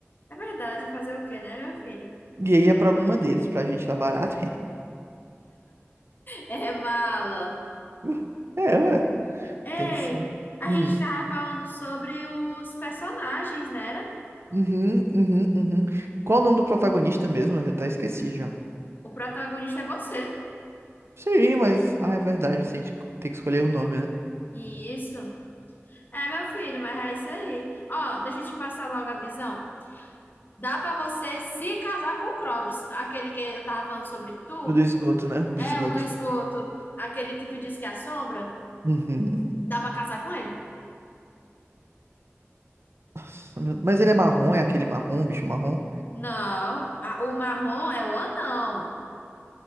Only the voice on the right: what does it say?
E aí é problema deles, pra gente tá barato.
<laughs> É, ué,
tem que ser.
Hum,
uhum, uhum, uhum. Qual o nome do protagonista mesmo? Eu já até esqueci já.
Sim, mas. Ah, é verdade, assim, a gente tem que escolher o nome, né?
O do esgoto, né? O do
esgoto.
Uhum.
Nossa, meu- Mas ele é marrom, é aquele marrom, bicho marrom?